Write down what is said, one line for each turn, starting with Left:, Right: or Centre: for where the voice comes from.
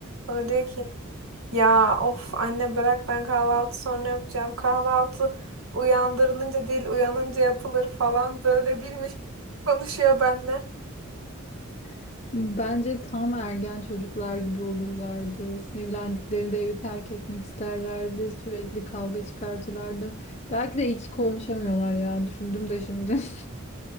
Right: O da diyor ki ya of anne bırak ben kahvaltı sonra yapacağım. Kahvaltı uyandırılınca değil uyanınca yapılır falan böyle bilmiş gibi konuşuyor benimle.
Left: <laughs> Bence tam ergen çocuklar gibi olurlardı. Sinirlendiklerinde evi terk etmek isterlerdi. Sürekli kavga çıkartırlardı. Belki de iyi ki konuşamıyorlar ya. Düşündüm de şimdi. <laughs>